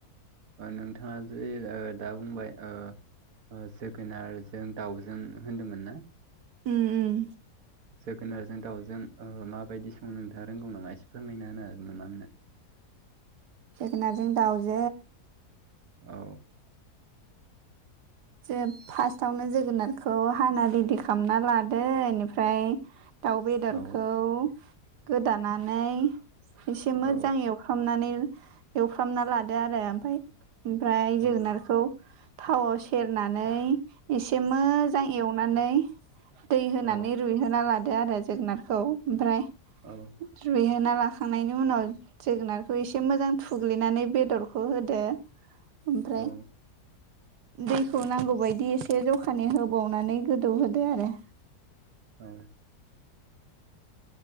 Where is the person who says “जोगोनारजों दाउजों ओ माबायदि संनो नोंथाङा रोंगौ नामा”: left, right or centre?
Right